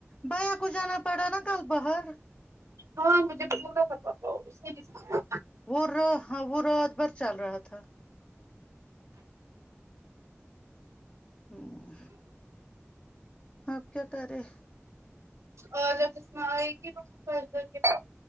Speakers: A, on the left (about 25°); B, on the right (about 80°).
A: بایا کو جانا پڑا نا کل باہر
B: ہاں مجھے بھی بولا <unintelligible> کا کا
A: وہ رہو ہاں وہ رات بھر چل رہا تھا ہمم آپ کیا کر رہے
B: اور جب بسمہ آئے گی <unintelligible> وہد کےتا